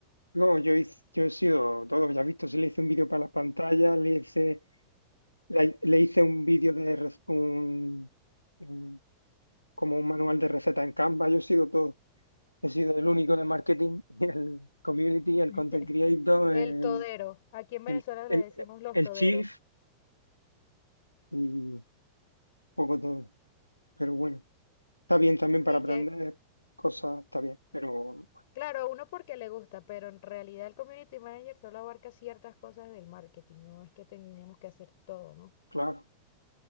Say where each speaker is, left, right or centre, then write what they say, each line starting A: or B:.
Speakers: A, on the left (about 85°); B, on the left (about 50°).
A: No, yo, hice- yo he sido todo, ya has visto, si le hice un vídeo para la pantalla, le hice, la- le hice un vídeo de rec- un, un- como un manual de receta en Canva, yo he sido todo. He sido el único en el marketing, <laughs> el community, el
B: <laughs>
A: content creator,
B: El
A: el,
B: todero. Aquí en Venezuela
A: el,
B: le decimos los
A: el
B: toderos.
A: Chief y poco todo. Pero bueno, está bien también
B: Sí,
A: para aprender
B: que
A: cosas, está bien. Pero
B: claro, a uno porque le gusta, pero en realidad el community manager solo abarca ciertas cosas del marketing. No es que tenemos que hacer todo, ¿no?
A: claro,